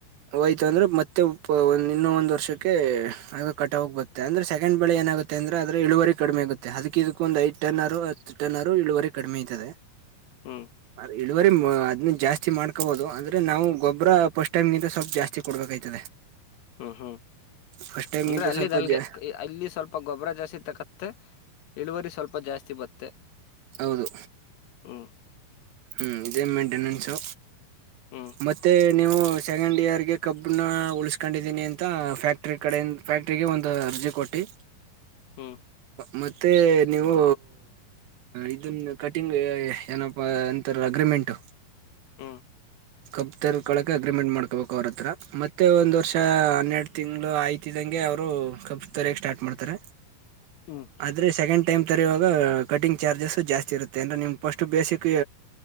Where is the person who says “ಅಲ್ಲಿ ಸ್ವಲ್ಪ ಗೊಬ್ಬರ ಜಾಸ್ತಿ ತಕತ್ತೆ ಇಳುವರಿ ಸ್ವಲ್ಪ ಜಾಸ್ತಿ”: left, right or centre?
Left